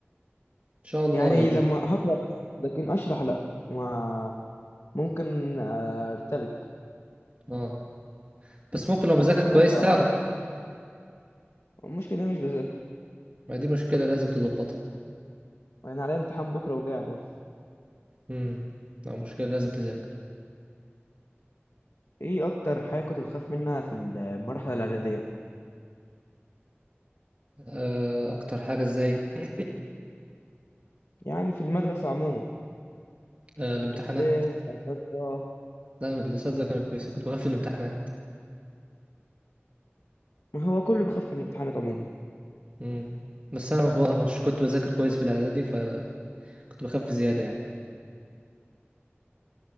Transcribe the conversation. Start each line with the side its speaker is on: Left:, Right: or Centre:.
Right: شاء الله
Left: يعني
Right: يض...
Left: لما هقرأ بس لكن أشرح لا ما ممكن آه، أرتبك
Right: اه بس ممكن لو مذاكر
Left: لكن
Right: كويس
Left: أقرأ
Right: تعرف
Left: عادي المشكلة إن أنا مش بذاكر
Right: ما دي مشكلة لازم تظبطها
Left: أنا عليا امتحان بكرة وقاعد أهو
Right: امم لا مشكلة لازم تذاكر
Left: إيه أكتر حاجة كنت بتخاف منها في المرحلة الإعدادية
Right: آه اكتر حاجة ازاي <clears throat>
Left: يعني في المدرسة عموما
Right: آه الامتحانات
Left: أستاذ أنشطة
Right: لا الاساتذة كانوا كويسين كنت بخاف في الامتحانات
Left: ما هو كله بيخاف من الامتحانات عموما
Right: امم بس انا بقى مش كنت بذاكر كويس في الاعدادي فكنت بخاف زيادة يعني